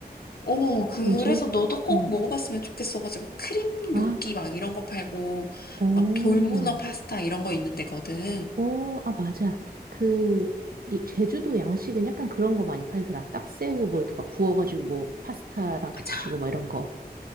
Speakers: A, on the left; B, on the right.
A: 어, 그래서
B: 뭐지?
A: 너도 꼭
B: 응.
A: 먹어봤으면 좋겠어가지고 크림
B: 아,
A: 요끼
B: 그-
A: 막 이런 거 팔고
B: 어,
A: 막 돌문어 파스타 이런 거 있는 데거든.
B: 어, 아, 맞아. 그, 이 제주도 양식은 약간 그런 거 많이 팔더라. 딱새우 뭐 이렇게 막 구워가지고 뭐 파스타랑 같이
A: 맞아.
B: 주고 뭐 이런 거.